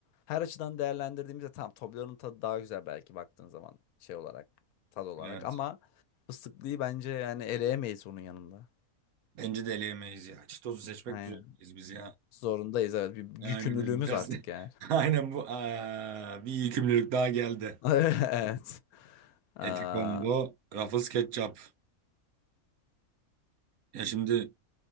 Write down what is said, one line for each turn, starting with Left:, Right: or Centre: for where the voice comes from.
Left: Her açıdan değerlendirdiğimizde tamam Toblerone'un tadı daha güzel belki baktığın zaman şey olarak tad olarak
Right: Evet.
Left: ama fıstıklıyı bence yani eleyemeyiz bunun yanında.
Right: Bence de eleyemeyiz ya. Çitos'u seçmek
Left: Aynen.
Right: zorundayız biz ya.
Left: Zorundayız evet. Bir
Right: Aynen
Left: yükümlülüğümüz
Right: öyle biraz.
Left: artık yani.
Right: <laughs> Aynen bu. Aa, bir iyi daha geldi.
Left: <laughs> Evet. Aa,
Right: Eti combo, Ruffles ketçap. Ya şimdi